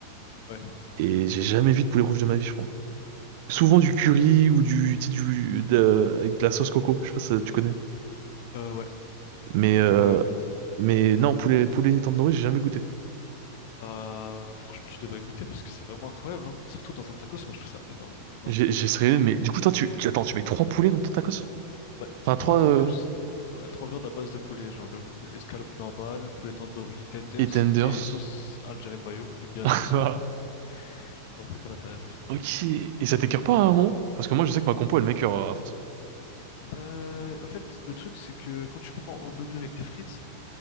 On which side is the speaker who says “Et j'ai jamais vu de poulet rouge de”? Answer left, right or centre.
Right